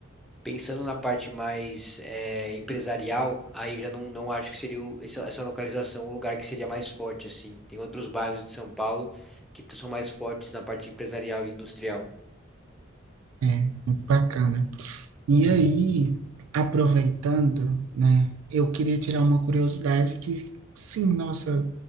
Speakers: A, in the centre; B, on the right.
A: Pensando na parte mais é, empresarial, aí já não, não acho que seria o- essa, essa localização o lugar que seria mais forte, assim. Tem outros bairros de São Paulo que t- são mais fortes na parte empresarial e industrial.
B: É, muito bacana. E aí, aproveitando, né, eu queria tirar uma curiosidade que, sim, nossa,